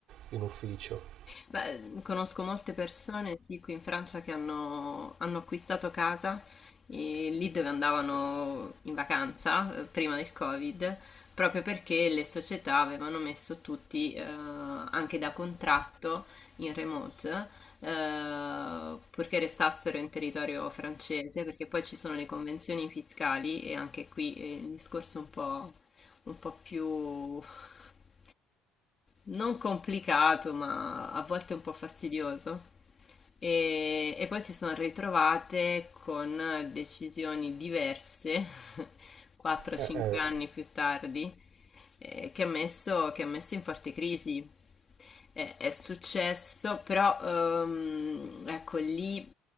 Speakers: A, on the right (about 65°); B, on the left (about 25°).
A: in ufficio.
B: Beh, conosco molte persone, sì, qui in Francia che hanno, hanno acquistato casa eh, lì dove andavano in vacanza eh, prima del Covid, proprio perché le società avevano messo tutti eh, anche da contratto in remote, eh, purché restassero in territorio francese, perché poi ci sono le convenzioni fiscali e anche qui è il discorso un po', un po' più <laughs> non complicato, ma a volte un po' fastidioso. E, e poi si sono ritrovate con decisioni diverse, <laughs> 4-5
A: Eh, eh, eh.
B: anni più tardi, eh, che ha messo, che ha messo in forte crisi. Eh, è successo, però ehm, ecco lì